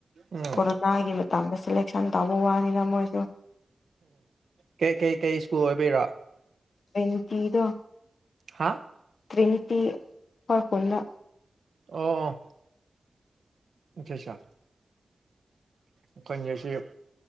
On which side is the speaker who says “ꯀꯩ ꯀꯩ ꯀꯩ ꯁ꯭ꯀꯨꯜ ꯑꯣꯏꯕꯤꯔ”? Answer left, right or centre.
Right